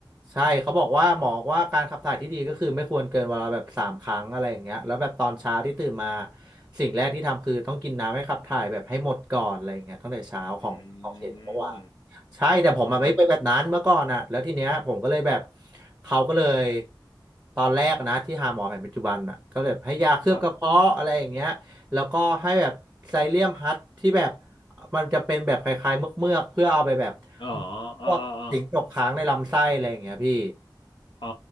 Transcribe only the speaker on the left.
อืม
อืม
ครับ
อ๋ออ๋ออ๋ออ๋อ
อ๋อ